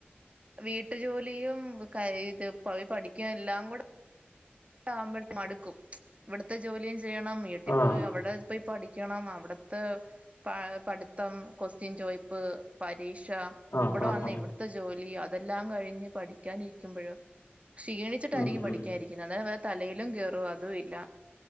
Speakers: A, on the right (about 30°); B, on the left (about 65°).
A: വീട്ടു ജോലിയും ഇത് പ പഠിക്കും എല്ലാം കൂടെ ആകുമ്പോയേക്ക് മടുക്കും ഇവിടുത്തെ ജോലിയും ചെയ്യണം വീട്ടിൽപ്പോയി
B: ആഹ്
A: അവിടെ പ്പയി പഠിക്കണം അവിടുത്തെ പ പഠിത്തം ക്യുസ്റ്ൻ ചോയിപ്പ്, പരീക്ഷ,
B: ആഹ്
A: ഇവിടെ
B: ആഹ്
A: വന്ന
B: ആഹ്
A: ഇവിടുത്തെ ജോലി അതെല്ലാം കഴിഞ്ഞ് പഠിക്കാന ഇരിക്കുമ്പോഴോ ക്ഷീണി വച്ചിട്ടായിരിക്കും
B: ഉം
A: പഠിക്കായിരിക്കുന്നത്
B: ഉം
A: അതായത് വേ തലയിലും കേയറും അതും ഇല്ല